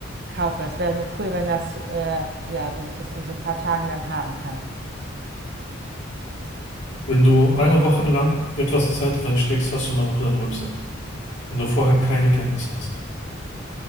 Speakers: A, on the right; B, on the left.
A: kaufe. Es wäre nur cool, wenn das, äh, ja, wenn ich das in so ein paar Tagen dann haben kann.
B: wenn du eine Woche lang etwas Zeit reinsteckst, hast du in einer Woche deine Website, wenn du vorher keine Kenntnisse hast.